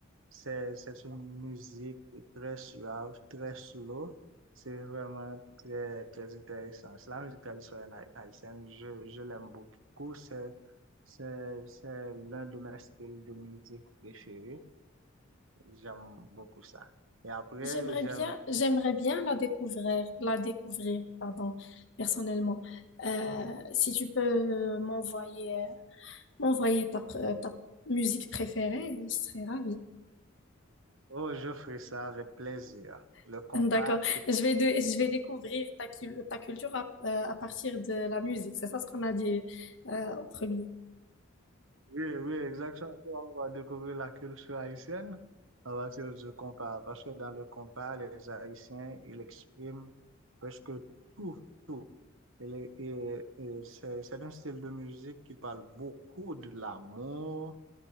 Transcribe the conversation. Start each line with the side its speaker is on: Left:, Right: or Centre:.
Right: c'est- c'est une musique très suave, très slow. C'est vraiment très, très intéressant. C'est la musique traditionnelle haï- haïtienne. Je, je l'aime beaucoup. C'est c'est- c'est l'un de mes styles de musique préférés. J'aime beaucoup ça. Et après,
Left: J'aimerais
Right: j'aime...
Left: bien, j'aimerais bien la découvrir, la découvrir, pardon, personnellement. Euh, si tu peux euh, m'envoyer, m'envoyer ta, pr- euh, ta musique préférée, je serais ravie.
Right: Oh, je ferai ça avec plaisir. Le
Left: <laughs>
Right: compas,
Left: D'accord. Je vais de, je vais découvrir ta, cul- ta culture à, euh, à partir de la musique. C'est ça ce qu'on a dit, euh, au premier.
Right: Oui, oui, exactement. On va découvrir la culture haïtienne à partir du compas. Parce que dans le compas, les Haïtiens, ils expriment presque tout, tout. Et, les- et- et c'est c'est un style de musique qui parle beaucoup de l'amour,